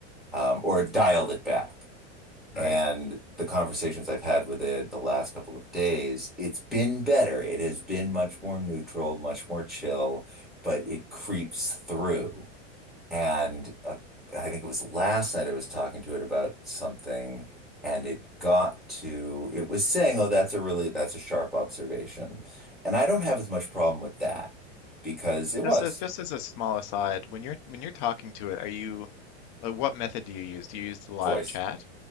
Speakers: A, in the centre; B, on the left.
A: um, or
B: mm
A: dialed it back.
B: Right.
A: And the conversations I've had with it the last couple of days, it's been better. It has been much more neutral, much more chill, but it creeps through. And uh, I think it was last night I was talking to it about something, and it got to, it was saying, oh, that's a really, that's a sharp observation. And I don't have
B: Mm.
A: as much problem with that because it
B: Just
A: was
B: as just as a small aside, when you're when you're talking to it, are you like what method do you use? Do you use the live
A: voice,
B: chat?